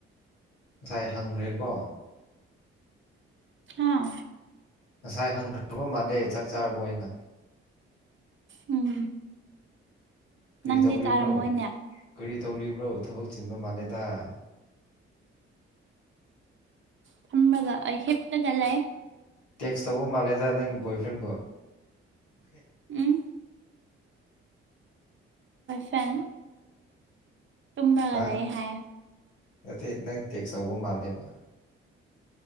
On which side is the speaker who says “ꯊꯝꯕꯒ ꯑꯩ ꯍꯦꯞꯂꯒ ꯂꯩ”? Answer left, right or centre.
Right